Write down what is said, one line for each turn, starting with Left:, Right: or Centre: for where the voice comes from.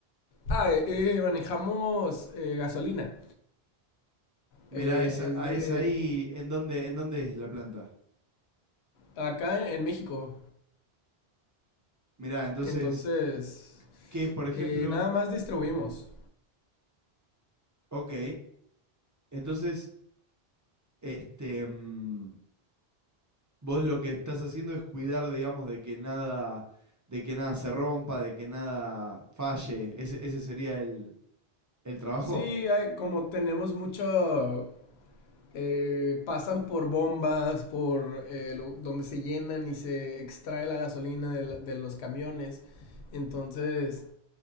Left: Ah, eh, eh, manejamos eh, gasolina.
Right: Mirá,
Left: Eh,
Right: esa,
Left: es
Right: ah,
Left: de
Right: es ahí, ¿en dónde, en dónde es la planta?
Left: acá en México.
Right: Mirá, entonces.
Left: Entonces,
Right: que, por ejemplo,
Left: eh, nada más distribuimos.
Right: ok, entonces, este, mm, vos lo que estás haciendo es cuidar, digamos, de que nada, de que nada se rompa, de que nada falle. Ese, ese sería el, el trabajo.
Left: Sí, hay- como tenemos mucho, eh, pasan por bombas, por eh, lo- donde se llenan y se extrae la gasolina de, la- de los camiones. Entonces,